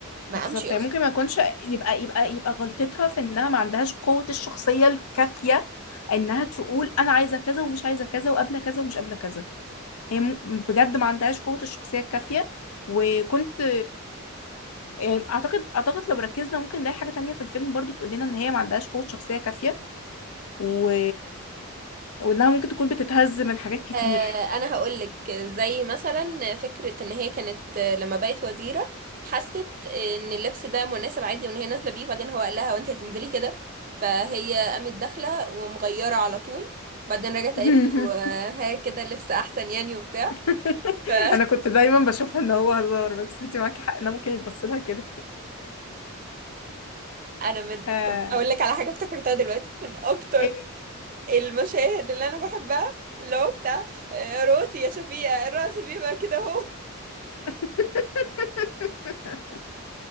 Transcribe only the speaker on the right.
ما
أمشي أصلا
آه، انا هقولك زي مثلا فكرة ان هي كانت آه، لما بقت وزيرة حست ان اللبس ده مناسب عادي وان هي نازلة بيه بعدين هو قال لها وانت هتنزلي كده فهي قامت داخلة ومغيرة على طول بعدين رجعت
قالت له آه، ها كده لبس احسن يعني وبتاع
فانا
<laughs> من
طب اقول لك على حاجة افتكرتها دلوقتي من اكتر
المشاهد اللي انا بحبها اللي هو بتاع آه، راسي يا شفيقة الرأس بيبقى كده اهو